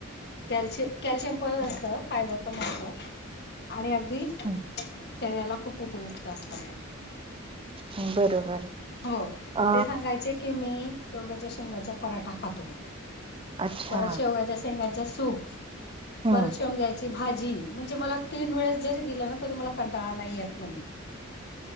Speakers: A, on the left; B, on the right.
A: कॅल्शि कॅल्शियम पण असत फायबर पण असत आणि अगदी
B: हम्म
A: शरीराला खूप उपयुक्त असत
B: हम्म, बरोबर
A: हो
B: अ
A: तर ते सांगायचे कि मी शेवग्याच्या शेंगाच्या पराठा खातो
B: अच्छा
A: परत शेवग्याच्या शेंगाचा सूप
B: हम्म
A: परचव घ्यायची भाजी म्हणजे मला तीन वेळेस जरी दिलं ना तरी मला कंटाळा नाही येत म्हणे